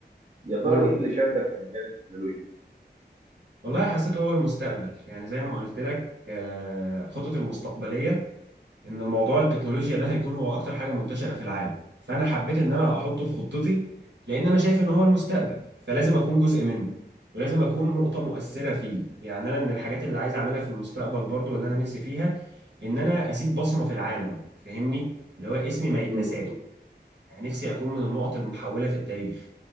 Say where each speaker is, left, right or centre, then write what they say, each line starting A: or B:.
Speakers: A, on the right; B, on the right.
A: يا ترى
B: مم.
A: ايه اللي شدك لمجال التكنولوجيا؟
B: والله حسيته هو المستقبل يعني زي ما قلت لك آه، خطط المستقبلية ان الموضوع التكنولوجيا ده هيكون هو اكتر حاجه منتشره في العالم فانا حبيت ان انا احطه في خطتي لان انا شايف ان هو المستقبل فلازم اكون جزء منه ولازم اكون نقطه مؤثره فيه يعني انا من الحاجات اللي عايز اعملها في المستقبل برضو اللي انا نفسي فيها ان انا اسيب بصمه في العالم فاهمني اللي هو اسمي ما يتنساش
A: مم.
B: يعني نفسي اكون من النقط المحوله في التاريخ